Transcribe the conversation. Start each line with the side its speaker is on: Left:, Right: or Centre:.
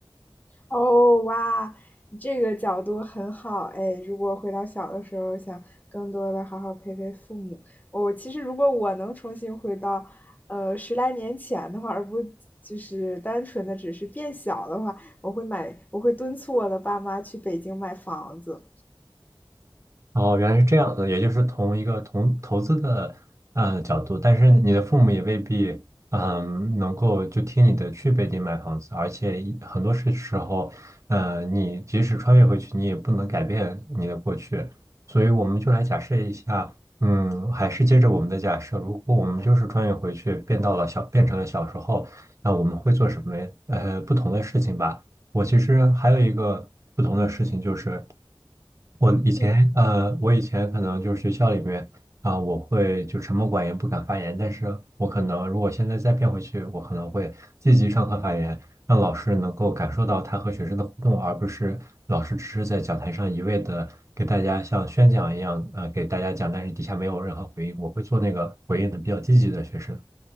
Left: 哦，哇，你这个角度很好哎！如果回到小的时候，想更多的好好陪陪父母，我其实如果我能重新回到，呃，十来年前的话，而不就是单纯的只是变小的话，我会买，我会敦促我的爸妈去北京买房子。
Right: 哦，原来是这样的，也就是从一个同投资的呃角度，但是你的父母也未必嗯能够就听你的去北京买房子，而且一很多时时候，呃，你即使穿越回去，你也不能改变你的过去，所以我们就来假设一下，嗯，还是接着我们的假设，如果我们就是穿越回去，变到了小，变成了小时候，那我们会做什么呃不同的事情吧？我其实还有一个不同的事情就是。我以前呃，
Left: 嗯。
Right: 我以前可能就是学校里面啊、我会就沉默寡言，不敢发言。但是我可能如果现在再变回去，我可能会积极上课发言，让老师能够感受到他和学生的互动，而不是老师只是在讲台上一味的给大家像宣讲一样，呃，给大家讲，但是底下没有任何回应。我会做那个回应的比较积极的学生。